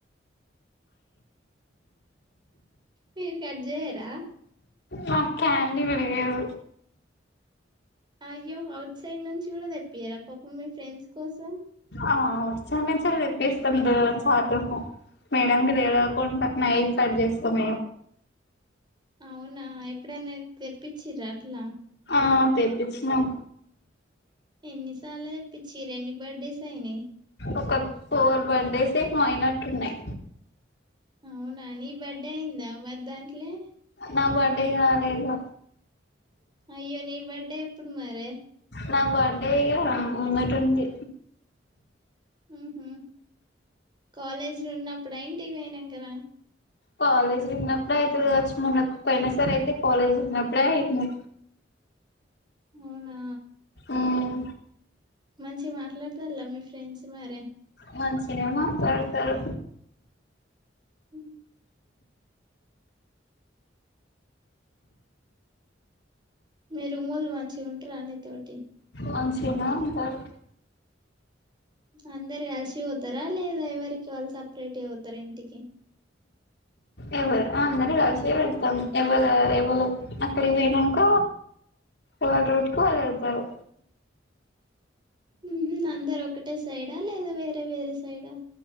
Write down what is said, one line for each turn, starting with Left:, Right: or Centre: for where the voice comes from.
Right: మీరు కట్ చేయరా
Left: మాక్ కాండిల్ లేదు
Right: అయ్యో అఔట్ సైడ్ నుంచి కూడా తెపియారా పాపం మీ ఫ్రెండ్స్ కోసం
Left: ఆ వ చాలా తెపిస్తాం దోస అట్ల మేడం తెలవకుండా నైట్ కట్ చేస్తాం
Right: అవునా ఎప్పుడైనా తెప్పించిరా అట్లా
Left: ఆ తెప్పచ్చినం
Right: ఎన్నిసార్లు తెపించిరు ఎన్ని బర్త్డేస్ అయినాయి
Left: ఒక ఫోర్ బర్త్డేస్ ఏమో అయినట్టు ఉన్నాయి
Right: అవునా ని బర్త్డే అయిందా మరి దాంట్లో లే
Left: నా బర్డే కాలేదు
Right: అయ్యో నీ బర్త్డే ఎప్పుడు మరి
Left: నా బర్డే ఇగ ముందతుంది
Right: హ్మ్ హు కాలేజీ లో ఉన్నప్పుడ ఇంటికి పోయినాకన
Left: కాలేజ్ ఉన్నప్పుడే అయితది కావచ్చు మొన్న పోయినసారి అయితే కాలేజ్ ఉన్నప్పుడే అయింది
Right: అవునా
Left: ఉమ్
Right: మంచి మాట్లాడతలా మీ ఫ్రెండ్స్ మరే
Left: మంచినే మాట్లాడుతారు
Right: హ మీరు రూమోలు మంచి ఉంటరా నితోటి
Left: మంచినా ఉంటారు
Right: అందరు కలిసిపోతారా లేదా ఎవరికి వాళ్ళు సపరేట్గ పోతారా ఇంటికి
Left: ఎవరు అందరు కలిసి వెళ్తాం ఎవళ ఎవళ అక్కడికి పోయినాక ఎవళ రూట్క్ వాళ్ళు వెళ్తారు
Right: హ్మ్ హు అందరు ఒకటే సైడా ఆహ్ లేదా వేరే వేరే సైడ్ ఆహ్